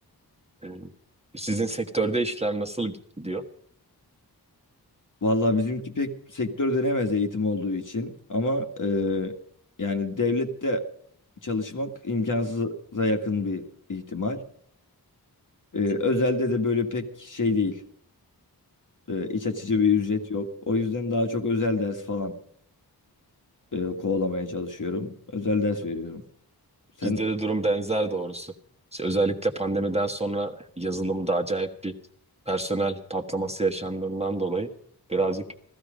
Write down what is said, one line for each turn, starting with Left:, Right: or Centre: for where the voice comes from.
Right: Hmm. Sizin sektörde işler nasıl gidiyor?
Left: Vallahi bizimki pek sektör denemez eğitim olduğu için ama e, yani devlette çalışmak imkansıza yakın bir ihtimal. Ee, özelde de böyle pek şey değil. Ee, iç açıcı
Right: Hmm.
Left: bir ücret yok. O yüzden daha çok özel ders falan e, kovalamaya çalışıyorum. Özel ders veriyorum. Sen
Right: Bizde de durum benzer doğrusu. İşte özellikle pandemiden sonra yazılımda acayip bir personel patlaması yaşandığından dolayı birazcık